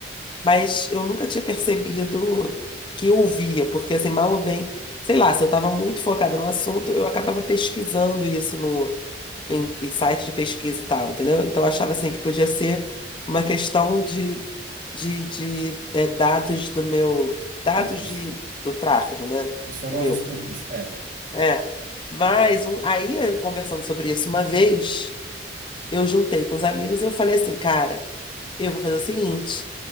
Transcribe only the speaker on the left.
mas eu nunca tinha percebido que eu ouvia, porque, assim, mal ou bem, sei lá, se eu estava muito focada no assunto, eu acabava pesquisando isso no, em, em site de pesquisa e tal, entendeu? Então, eu achava, assim, que podia ser uma questão de, de, de eh, dados do meu, dados
de, do tráfego, né?
Meu.
É. Mas um- aí, eu conversando sobre isso uma vez, eu juntei com os amigos e eu falei assim, cara, eu vou fazer o seguinte,